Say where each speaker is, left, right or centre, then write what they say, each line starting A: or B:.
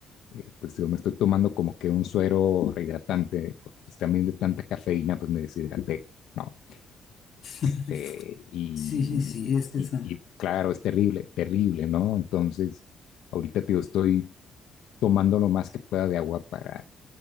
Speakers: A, on the left; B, on the left.
A: eh, pues digo, me estoy tomando como que un suero rehidratante, porque pues también de tanta cafeína, pues me deshidraté, ¿no?
B: <laughs>
A: Este, y,
B: sí, sí, es que
A: y,
B: son...
A: y claro, es terrible, terrible, ¿no? Entonces, ahorita, te digo, estoy tomando lo más que pueda de agua para